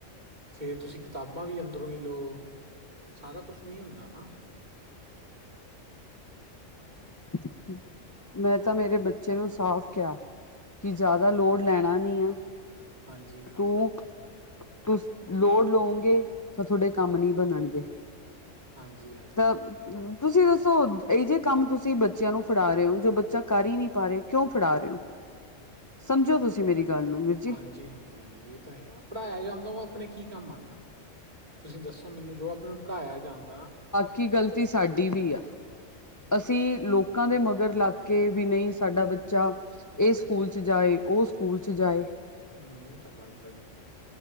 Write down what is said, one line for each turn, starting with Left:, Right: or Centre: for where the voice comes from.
Right: ਫਿਰ ਤੁਸੀਂ ਕਿਤਾਬਾਂ ਵੀ ਅੰਦਰੋਂ ਹੀ ਲਉ <inaudible> ਸਾਰਾ ਕੁਛ ਨੀ ਹੁੰਦਾ ਨਾ।
Left: <inaudible> ਮੈਂ ਤਾਂ ਮੇਰੇ ਬੱਚੇ ਨੂੰ ਸਾਫ਼ ਕਿਹਾ ਕਿ ਜ਼ਿਆਦਾ
Right: ਹਾਂਜੀ।
Left: ਲੋੜ ਲੈਣਾ ਨੀ ਆ, <inaudible>
Right: ਹਾਂਜੀ,
Left: ਤੂੰ ਤੁਸੀਂ ਲੋਡ ਲਉਗੇ ਤਾਂ ਤੋਂਹਡੇ ਕੰਮ ਨੀ ਬਣਨਗੇ।
Right: ਹਾਂਜੀ-ਹਾਂਜੀ।
Left: ਤਾਂ <inaudible> ਤੁਸੀਂ ਦੱਸੋ? ਇਹ ਜਿਹੇ ਕੰਮ ਤੁਸੀਂ ਬੱਚਿਆਂ ਨੂੰ ਫੜਾ ਰਹੇ ਹੋ, ਜੋ ਬੱਚਾ ਕਰ ਹੀ ਨਹੀਂ ਪਾ ਰਿਹਾ ਕਿਉਂ ਫੜਾ ਰਹੇ ਹੋ? ਸਮਝੋ ਤੁਸੀਂ ਮੇਰੀ ਗੱਲ ਨੂੰ। ਜੀ।
Right: ਹਾਂਜੀ-ਹਾਂਜੀ ਹਾਂਜੀ, ਇਹ ਤਾਂ ਹੈਗਾ ਪੜ੍ਹਾਇਆ ਜਾਂਦਾ ਉਹ ਆਪਣੇ ਕੀ ਕੰਮ ਆਉਂਦਾ? ਤੁਸੀਂ ਦੱਸੋ ਮੈਨੂੰ ਜੋ ਆਪਾਂ ਨੂੰ ਪੜ੍ਹਾਇਆ ਜਾਂਦਾ
Left: ਕੀ ਗ਼ਲਤੀ ਸਾਡੀ ਵੀ ਆ ਅਸੀਂ ਲੋਕਾਂ ਦੇ ਮਗਰ ਲੱਗ ਕੇ ਵੀ ਨਹੀਂ ਸਾਡਾ ਬੱਚਾ ਇਹ ਸਕੂਲ 'ਚ' ਜਾਏ ਉਹ ਸਕੂਲ 'ਚ'ਜਾਏ।
Right: ਨਹੀਂ ਉਹ ਤਾਂ ਗਲਤ ਹੈ ਜੀ।